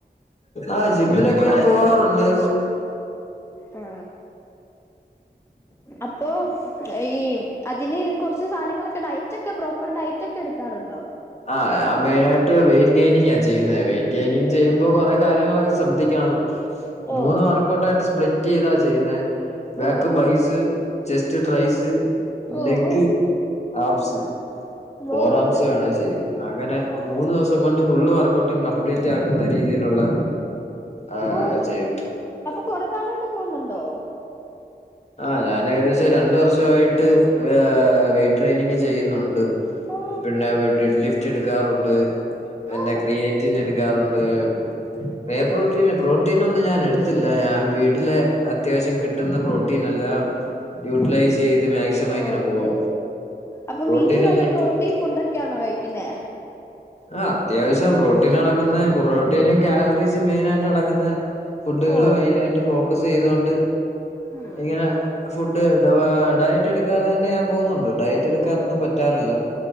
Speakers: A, on the left; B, on the left.
A: ആഹ് ജിമ്മിലൊക്കെ ഞാൻ പോവാറുണ്ട്
B: ആ അപ്പൊ ഈ അതിന് കുറച്ച് സ സാധനങ്ങളൊക്കെ ഡയറ്റൊക്കെ പ്രോപ്പർ ഡയറ്റ് ഒക്കെ എടുക്കാറുണ്ടോ
A: ആഹ് ആ മെയിന് ആയിട്ട് വെയിറ്റ് ഗെയിനിങ് ആ ചെയ്യുന്നത് വെയിറ്റ് ഗെയിനിങ് ചെയ്യുമ്പോ കൊറെേ കാര്യങ്ങളൊക്കെ ശ്രദ്ധിക്കണം
B: ഓ
A: മൂന്ന് വർക്കൗട്ട് ആയിട്ട് സ്പ്ലിറ്റ് ചെയ്താ ചെയ്യുന്നേ ബാക്ക്
B: ഓ ഓ
A: ബൈസ് ചെസ്റ്റ് ട്രൈസ്
B: ഓ
A: ലെഗ്
B: ഓ
A: ആബ്സ് ഫോർ
B: ഓ
A: ആംസ്
B: ഇതൊക്കെ
A: വേണേ ചെയ്യും അങ്ങനെ
B: ഓ
A: മൂന്ന് ദിവസം കൊണ്ട് ഫുള്ള് വർക്കൗട്ടും കംപ്ലീറ്റ് ആക്കുന്ന രീതിയിലുള്ള ആഹ്
B: ഓ
A: ചെയ്യുന്നേ
B: അപ്പൊ കൊറെ നാളോണ്ട് പോകുന്നുണ്ടോ
A: ആ ഞാൻ ഏകദേശം രണ്ട് വർഷവായിട്ട് വെ ട്രെയിനിങ് ചെയ്യുന്നുണ്ട്
B: ഓ
A: പിന്നെ ഡെഡ് ലിഫ്റ്റ് എടുക്കാറുണ്ട് പിന്നെ
B: ആ
A: ക്രിയേറ്റിൻ എടുക്കാറുണ്ട് വേ
B: ഉം
A: പ്രോട്ടീ പ്രോട്ടീ നൊന്നും ഞൻ എടുത്തില്ല ഞാൻ വീട്ടില് അത്യാവശ്യം കിട്ടുന്ന പ്രോട്ടീ നല്ലാ യൂട്ടിലൈസ് ചെയ്ത് മാക്സിമം
B: ഓ
A: ഇങ്ങനെ പോവാ
B: അപ്പൊ
A: പ്രോട്ടീൻ
B: വീട്ടു നല്ല
A: ഒന്നും എടുത്തില്ല
B: പ്രോട്ടീൻ ഫുഡ് ഒക്കെയാണോ കഴിക്കുന്നേ
A: ആ അത്യാവശ്യം പ്രോട്ടീൻ അടകങ്ങുന്ന പ്രോട്ടീനും കാലറീസും മെയിന് ആയിട്ട് അടങ്ങുന്ന ഫുഡുകള്
B: ഓ
A: മെയിൻ ആയിട്ട് ഫോക്കസ് ചെയ്തൊണ്ട്
B: ഉം
A: ഇങ്ങനെ ഫുഡ് ഡയറ്റ് എടുക്കാതെ തന്നെ ഞാൻ പോുന്നുണ്ട് ഡയറ്റ് എടുക്കാനൊന്നും പറ്റാറില്ല